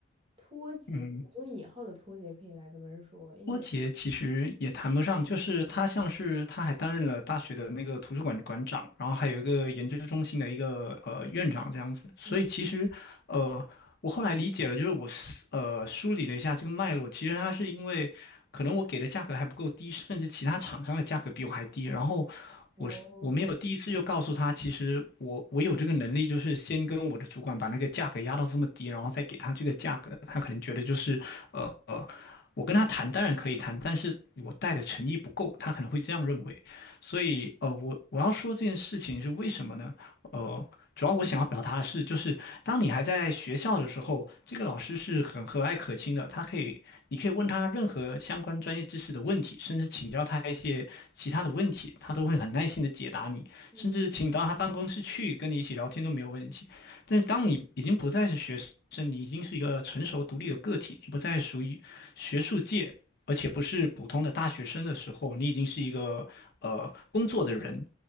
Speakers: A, on the right (about 25°); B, on the left (about 50°).
A: 脱节，
B: 嗯。
A: 我用引号的脱节可以来这么说，因为
B: 波杰其实也谈不上，就是他像是他还担任了大学的那个图书馆馆长，然后还有一个研究中心的一个呃院长这样子。所以其实，
A: 嗯。
B: 呃，我后来理解了，就是我思呃梳理了一下这个脉络，其实他是因为可能我给的价格还不够低，甚至其他厂商的价格比我还低，然后
A: 哦，
B: 我是我没有第一次就告诉他，其实我我有这个能力，就是先跟我的主管把那个价格压到这么低，然后再给他这个价格，他可能觉得就是呃呃，我跟他谈当然可以谈，但是我带的诚意不够，他可能会这样认为。所以呃，我我要说这件事情是为什么呢？呃，主要我想要表达的是，就是当你还在学校的时候，这个老师是很和蔼可亲的，他可以，你可以问他任何相关专业知识的问题，甚至请教他一些其他的问题，他都会很耐心的解答你，
A: 嗯。
B: 甚至请你到他办公室去跟你一起聊天都没有问题。但当你已经不再是学生，你已经是一个成熟独立的个体，你不再属于学术界，而且不是普通的大学生的时候，你已经是一个呃工作的人，